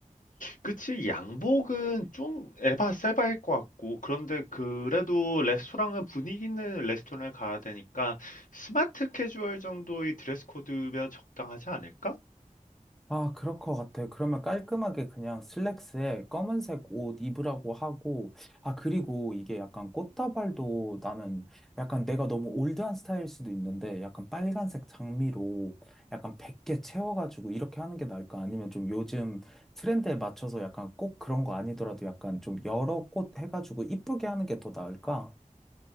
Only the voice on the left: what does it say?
그치, 양복은 좀 에바 세바일 것 같고, 그런데 그래도 레스토랑은 분위기 있는 레스토랑을 가야 되니까, 스마트 캐주얼 정도의 드레스 코드면 적당하지 않을까?